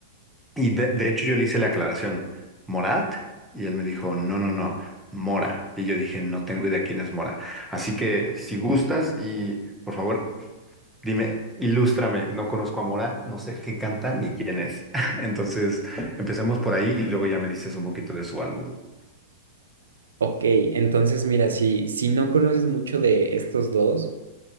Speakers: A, in the centre; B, on the right (about 75°).
A: Y de, de hecho yo le hice la aclaración, Morat, y él me dijo, no, no, no, Mora. Y yo dije, no tengo idea quién es Mora. Así que si gustas y por favor, dime, ilústrame, no conozco a Mora, no sé qué canta ni quién es. <laughs> Entonces, empecemos por ahí y luego ya me dices un poquito de su álbum.
B: Ok, entonces mira, si, si no conoces mucho de estos dos,